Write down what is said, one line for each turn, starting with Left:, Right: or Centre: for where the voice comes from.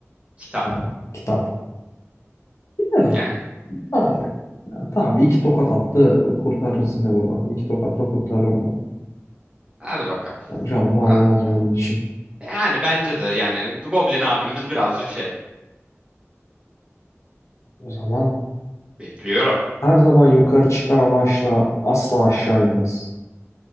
Right: Kitap.
Left: Kalem. Kitap. Yani
Right: Yani
Left: Abi. Yani tabii iki tokat attı kurtarırız yine burada. İki tokatla kurtarırım ben.
Right: hadi bakalım.
Left: Ben canımı
Right: Ha,
Left: almaz bunun
Right: ha.
Left: için.
Right: Yani bence de yani Goblin abimiz birazcık şey.
Left: O zaman
Right: Bekliyorum.
Left: her zaman yukarı çıkar ama asla, asla aşağı inmez.